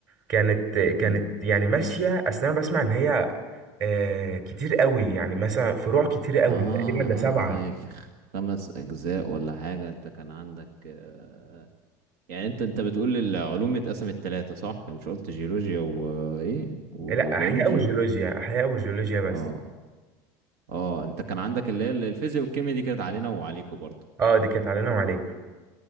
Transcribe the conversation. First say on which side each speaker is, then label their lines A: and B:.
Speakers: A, on the right; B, on the right.
A: كانت كانت
B: امم
A: يعني ماشيه اصل انا بسمع ان هي آه كتير قوي يعني مثلا فروع كتير قوي
B: اه
A: تقريبا
B: اه
A: ده سبعه
B: اه يا أخي، خمس اجزاء ولا حاجة انت كان عندك آه... يعني انت انت بتقول العلوم اتقسمت ثلاثة صح يعني مش قلت جيولوجيا وايه وبيولوجي
A: لا احياء وجيولوجيا احياء وجيولوجيا بس
B: اه اه انت كان عندك اللي هي الفيزياء والكيمياء دي كانت علينا وعليكوا برضه
A: اه دي كانت علينا وعليك